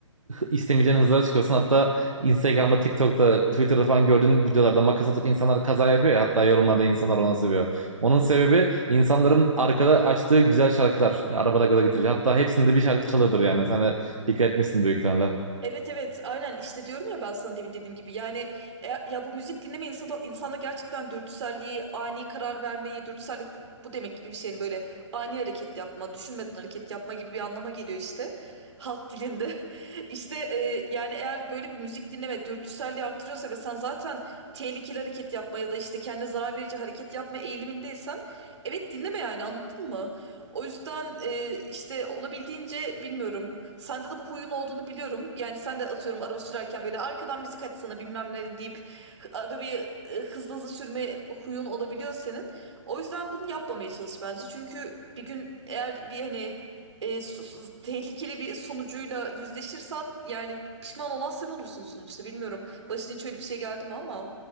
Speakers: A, on the right; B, on the right.
A: istemeyeceğin hızlara çıkıyorsun. Hatta Instagram'da, TikTok'ta, Twitter'da falan gördüğün videolarda makas atıp insanlar kaza yapıyor ya. Hatta yorumlarda insanlar ona seviyor. Onun sebebi insanların arkada açtığı güzel şarkılar. Arabada gaza getirici. Hatta hepsinde bir şarkı çalıyordur yani. Sen de dikkat etmişsin büyük ihtimalle.
B: Evet evet aynen işte diyorum ya ben sana demin dediğim gibi yani e, ya bu müzik dinleme insana, insana gerçekten dürtüselliği ani karar vermeyi dürtüsellik bu, bu demek gibi bir şey yani böyle ani hareket yapma düşünmeden hareket yapma gibi bir anlama geliyor işte halk dilinde <laughs> işte e, yani eğer böyle bir müzik dinleme dürtüselliği artırıyorsa ve sen zaten tehlikeli hareket yapma ya da işte kendine zarar verici hareket yapma eğilimindeysen evet dinleme yani anladın mı? O yüzden e, işte olabildiğince bilmiyorum. Sende de bu huyun olduğunu biliyorum. Yani sen de atıyorum araba sürerken böyle arkadan müzik açsana bilmem ne deyip hı- arabayı e, hızlı hızlı sürme huyun olabiliyor senin. O yüzden bunu yapmamaya çalış bence. Çünkü bir gün eğer bir hani e, su- su- tehlikeli bir sonucuyla yüzleşirsen yani pişman olan sen olursun sonuçta. Bilmiyorum. Başına hiç öyle bir şey geldi mi ama.